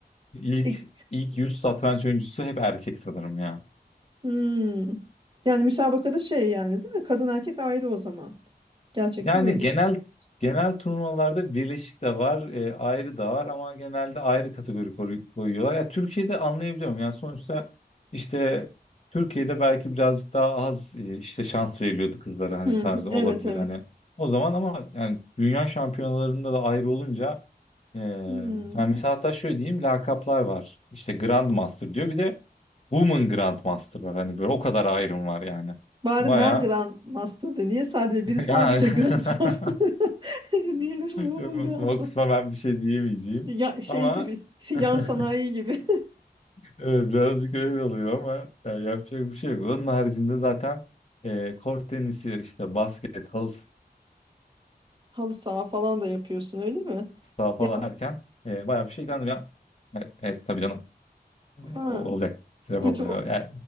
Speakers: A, on the left (about 40°); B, on the right (about 30°).
A: ilk
B: İk-
A: ilk 100 satranç oyuncusu hep erkek sanırım ya.
B: Hmm. Yani müsabakada şey yani değil mi? Kadın erkek ayrı o zaman. Gerçekten
A: Yani
B: öyle.
A: genel genel turnuvalarda birleşik de var, e, ayrı da var ama genelde ayrı kategori koru- koyuyorlar. Ya Türkiye'de anlayabiliyorum. Yani sonuçta işte Türkiye'de belki birazcık daha az e, işte şans veriliyordu kızlara hani
B: Hı
A: tarzı
B: hı, Evet
A: olabilir
B: evet.
A: hani. O zaman ama yani dünya şampiyonalarında da ayrı olunca e, yani
B: Hmm.
A: mesela hatta şöyle diyeyim lakaplar var. İşte Grand Master diyor. Bir de Woman Grand Master var. Hani böyle o kadar ayrım var yani.
B: Bari
A: Bayağı
B: ben Grand Master'dı. Niye sadece
A: <laughs>
B: biri sadece
A: yani
B: Grand Master?
A: <laughs>
B: <laughs> Diğeri Woman
A: Yok,
B: Grand
A: O kısma ben bir şey diyemeyeceğim.
B: Ya şey
A: Ama
B: gibi,
A: <laughs>
B: <laughs> yan sanayi gibi.
A: evet birazcık öyle oluyor ama ya, yapacak bir şey yok. Onun haricinde zaten e, kort tenisi, işte basket, halı
B: <laughs> Halı saha falan da yapıyorsun öyle mi?
A: saha falan
B: Ya
A: derken e, bayağı bir şey ilgilendim ya. Evet, evet tabii canım.
B: ha,
A: O, olacak. Sebep
B: bütün
A: olmuyor.
B: o-
A: Yani,